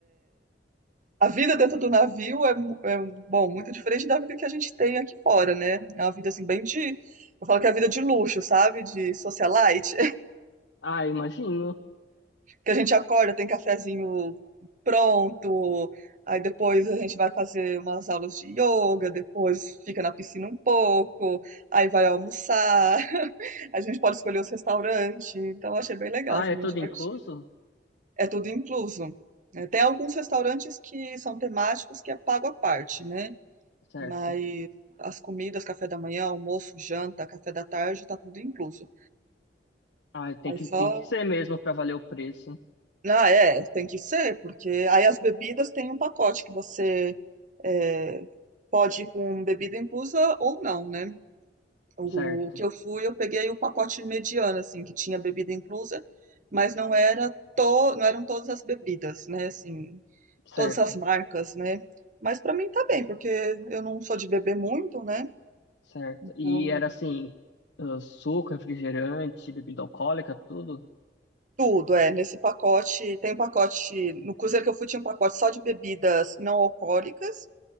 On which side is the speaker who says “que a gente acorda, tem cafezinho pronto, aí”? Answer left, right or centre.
Right